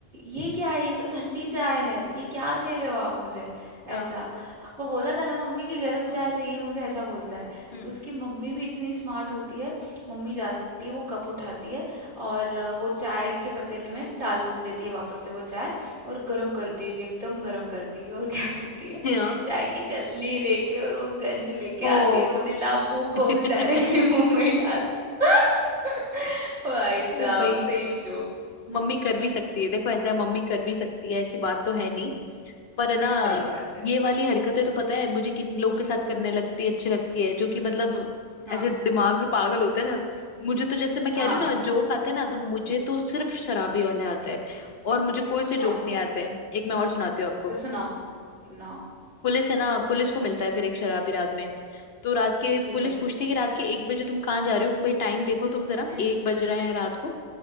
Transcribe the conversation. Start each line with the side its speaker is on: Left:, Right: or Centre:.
Right: ये क्या है ये तो ठंडी चाय है ये क्या दे रहे हो आप मुझे
Left: हाँ
Right: ऐसा आपको बोला था ना मम्मी की गर्म चाय चाहिए मुझे ऐसा बोलता है
Left: हम्म
Right: तो उसकी मम्मी भी इतनी स्मार्ट होती है मम्मी जाती है वो कप उठाती है और अ, वो चाय के पतीले में डाल देती है वापस से वो चाय और गर्म करती है एकदम गर्म करती है और <laughs> क्या करती है
Left: हाँ
Right: चाय की छलनी लेके और वो गंज लेके
Left: ओ
Right: आती है और बोलती है, ला मुंह खोल
Left: <laughs>
Right: डायरेक्टली मुंह में ही डालती हूँ। <laughs> भाई साहब
Left: ओ भाई
Right: सेम जोक हम्म
Left: मम्मी कर भी सकती है देखो ऐसा है मम्मी कर भी सकती है ऐसी बात तो है नहीं पर है ना
Right: सही बात है
Left: ये वाली हरकतें तो पता है मुझे किन लोगों के साथ करने लगती है अच्छी लगती है जो कि मतलब
Right: हाँ
Left: ऐसे दिमाग से पागल होते हैं ना मुझे तो जैसे मैं कह
Right: हाँ
Left: रही हूँ ना जोक आते हैं ना तो मुझे तो सिर्फ शराबी वाले आते हैं और मुझे कोई से
Right: हाँ
Left: जोक नहीं आते हैं एक मैं और सुनाती हूँ आपको
Right: तो सुनाओ सुनाओ
Left: पुलिस है ना पुलिस को मिलता है फिर एक शराबी रात में तो रात के
Right: ठीक
Left: पुलिस
Right: है
Left: पूछती है कि रात के एक बजे तुम कहाँ जा रहे हो भाई टाइम देखो तुम जरा
Right: हम्म
Left: एक बज रहे हैं रात को